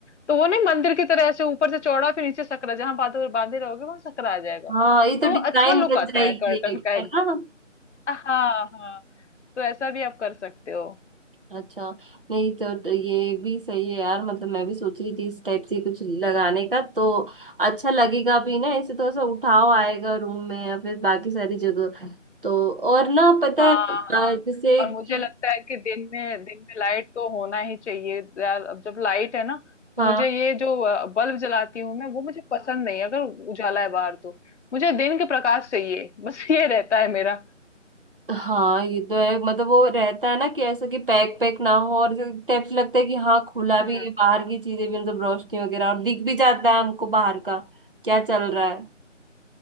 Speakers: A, on the left; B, on the right.
A: तो वो नहीं मंदिर की तरह ऐसे ऊपर से चौड़ा फिर नीचे सकरा जहां बांधे बांधे रहोगे वहां सकरा आ जाएगा
B: हाँ ये तो
A: तो वो
B: डिजाइन
A: अच्छा लुक
B: बन
A: आता
B: जाएगी
A: है कर्टन
B: एक,
A: का एकदम
B: है ना
A: हाँ हाँ तो ऐसा भी आप कर सकते हो
B: अच्छा नहीं तो तो ये भी सही है यार मतलब मैं भी सोच रही थी इस टाइप से कुछ लगाने का तो अच्छा लगेगा भी ना ऐसे थोड़ा सा उठाव आएगा रूम में या फिर बाकी सारी जगह तो और ना पता
A: हाँ
B: है अ,
A: हाँ
B: जैसे
A: और मुझे
B: कि
A: लगता है कि दिन में दिन में लाइट तो होना ही चाहिए यार अब जब लाइट है ना तो
B: हाँ
A: मुझे ये जो अ, बल्ब जलाती हूँ मैं वो मुझे पसंद नहीं है, अगर उजाला है बाहर तो मुझे दिन के प्रकाश चाहिए बस ये रहता है मेरा
B: हाँ ये तो है मतलब वो रहता है ना कि ऐसा कि पैक पैक ना हो और टाइप से लगता है कि हाँ खुला भी
A: हम्म।
B: है बाहर की चीजें भी मतलब रोशनी वगैरह और दिख भी जाता है हमको बाहर का क्या चल रहा है